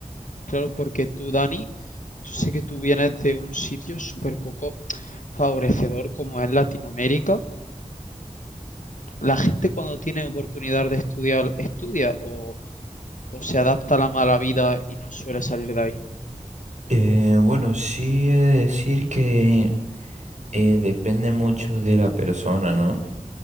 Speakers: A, on the left; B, on the right.
A: Claro, porque tú, Dani, yo sé que tú vienes de un sitio súper poco favorecedor como es Latinoamérica. La gente cuando tiene oportunidad de estudiar, estudia o, o se adapta a la mala vida y no suele salir de ahí.
B: Eh, bueno, sí he de decir que eh, depende mucho de la persona, ¿no?